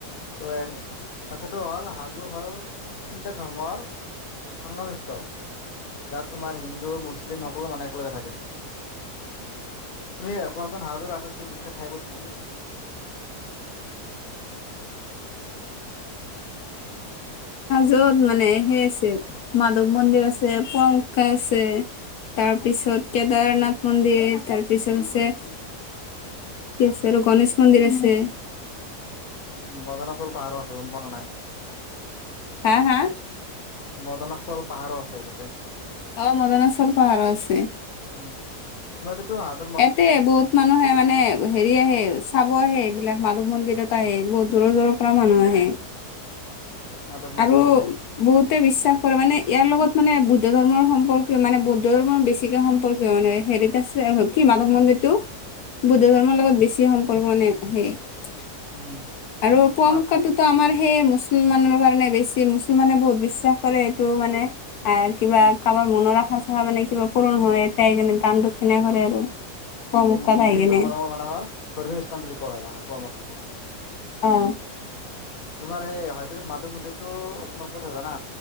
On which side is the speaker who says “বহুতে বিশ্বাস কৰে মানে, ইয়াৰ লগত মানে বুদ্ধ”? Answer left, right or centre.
Left